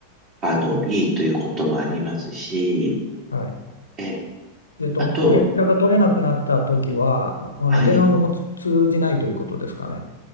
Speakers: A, on the right; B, on the left.
A: あの、いいということもありますし、
B: はい。
A: え、
B: えっと、
A: あと、
B: 連絡が取れなくなったときは、あの、
A: はい、
B: 電話も通じないということですかね。